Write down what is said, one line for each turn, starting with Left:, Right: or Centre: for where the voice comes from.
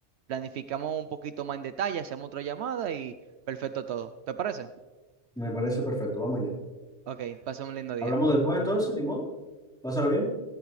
Right: planificamos un poquito más en detalle, hacemos otra llamada y perfecto todo. ¿Te parece?
Centre: me parece perfecto, vamos allá.
Right: Ok, pasa un lindo día.
Centre: Hablamos después entonces, ni modo. Pásala bien.